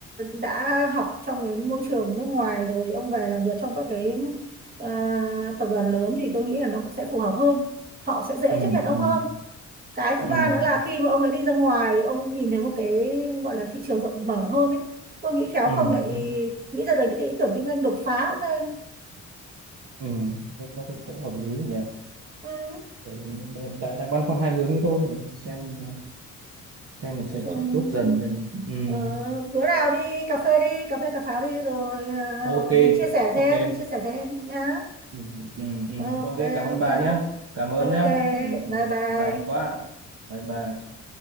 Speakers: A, on the right (about 30°); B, on the right (about 50°).
A: đã học trong cái môi trường nước ngoài rồi ông về làm việc trong các cái ờ, tập đoàn lớn thì tôi nghĩ là nó cũng sẽ phù hợp hơn họ sẽ dễ
B: ừ
A: chấp nhận ông
B: ừ
A: hơn cái thứ
B: ừ
A: ba nữa là khi mà ông đã đi ra ngoài ông nhìn thấy một cái gọi là thị trường rộng mở hơn ấy tôi nghĩ khéo
B: ừ
A: không lại
B: ừ
A: nghĩ ra được những cái ý tưởng kinh doanh đột phá cũng nên
B: ừ thế có cái cũng hợp lý nhỉ
A: ừ.
B: Bởi hiện tại đang băn khoăn hai hướng ấy thôi để xem xem mình
A: nói
B: sẽ,
A: chung
B: sẽ chốt dần ừ.
A: ờ, bữa nào đi cà phê đi cà phê cà pháo đi rồi ờ,
B: ok
A: mình chia sẻ
B: ok
A: thêm mình chia sẻ thêm nhá
B: ừ, ừ, ừ.
A: ok
B: ok cảm ơn
A: ok
B: bà nhé cảm ơn
A: ok
B: nhé ừ.
A: bye bye
B: may quá bye bye